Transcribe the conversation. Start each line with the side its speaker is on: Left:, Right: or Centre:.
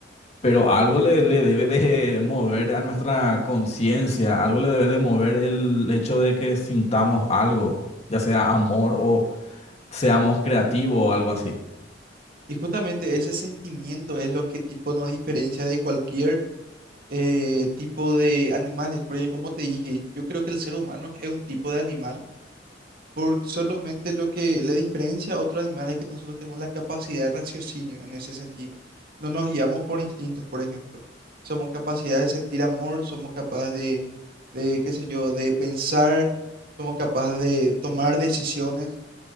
Left: pero algo le, le debe de <laughs> mover a nuestra conciencia, algo le debe de mover el hecho de que sintamos algo, ya sea amor o seamos creativos o algo así.
Right: Y justamente ese sentimiento es lo que tipo nos diferencia de cualquier eh, tipo de animales. Porque como te dije, yo creo que el ser humano es un tipo de animal. Por solamente lo que la diferencia a otros animales es que nosotros tenemos la capacidad de raciocinio en ese sentido. No nos guiamos por instintos, por ejemplo. Somos capaces de sentir amor, somos capaces de, de, qué sé yo, de pensar, somos capaces de tomar decisiones.